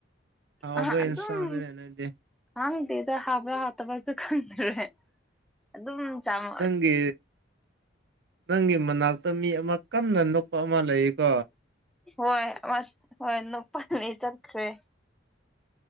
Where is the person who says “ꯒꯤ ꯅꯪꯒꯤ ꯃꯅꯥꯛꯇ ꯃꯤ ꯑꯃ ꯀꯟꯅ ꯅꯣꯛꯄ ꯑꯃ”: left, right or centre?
Right